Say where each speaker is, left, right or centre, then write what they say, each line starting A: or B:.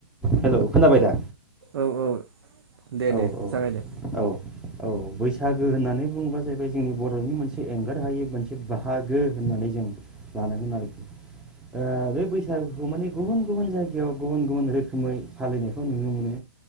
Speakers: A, in the centre; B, on the right (about 65°).
A: हेल' खोनाबाय दा
B: औ औ दे
A: औ
B: दे जागायदो
A: औ औ औ बैसागो होननानै बुङोबा जाहैबाय जोंनि बर'नि मोनसे एंगार हायै मोनसे बाहागो होननानै जों लानांगोन आरोखि ओ बे बैसागुखौ माने गुबुन गुबुन जायगायाव गुबुन गुबुन रोख खोमै फालिनायखौ नुनो मोनो।